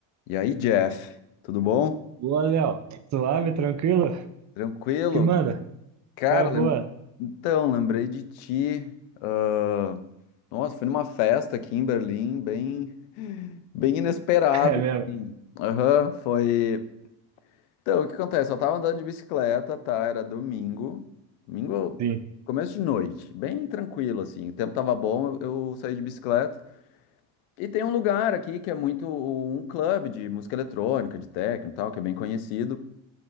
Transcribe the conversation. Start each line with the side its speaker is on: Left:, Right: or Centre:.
Left: E aí, Jeff, tudo bom?
Right: Boa, Léo. Suave, tranquilo?
Left: Tranquilo?
Right: Que manda?
Left: Cara,
Right: Qual é a
Left: lem-
Right: boa? <laughs>
Left: então, lembrei de ti. Ah, Nossa, fui numa festa aqui em Berlim, bem, bem inesperado.
Right: É mesmo?
Left: assim. Aham, foi. Então, o que acontece? Eu tava andando de bicicleta, tá? Era domingo. Domingo,
Right: Sim,
Left: começo de noite, bem tranquilo, assim. O tempo tava bom, eu eu saí de bicicleta. E tem um lugar aqui que é muito um clube de música eletrônica, de techno e tal, que é bem conhecido,